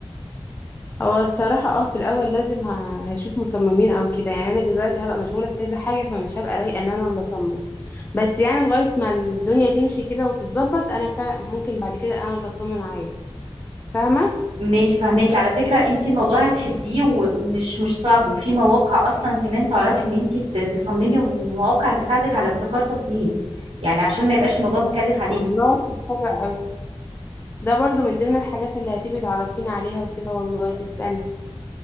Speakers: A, on the left; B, on the right.
A: هو الصراحة اه في الأول لازم ه- هشوف مصممين أو كده يعني أنا دلوقتي هبقى مشغولة في كذا حاجة فمش هبقى رايقة إن أنا اللي أصمم بس يعني لغاية ما الدنيا تمشي كده وتتظبط أنا فعلا ممكن بعد كده أنا اللي أصمم عادي فاهمة؟
B: ماشي فهماكي على فكرة انت الموضوع هتحبيه و- ومش مش صعب وفي مواقع اصلا كمان تعرفي ان انت ت- تصممي ومواقع تساعدك على ابتكار تصميم يعني عشان ما يبقاش الموضوع مكلف عليكي
A: والله طب حلو أوي ده برضو من ضمن الحاجات اللي هتبقي تعرفيني عليها وكده والله تسلمي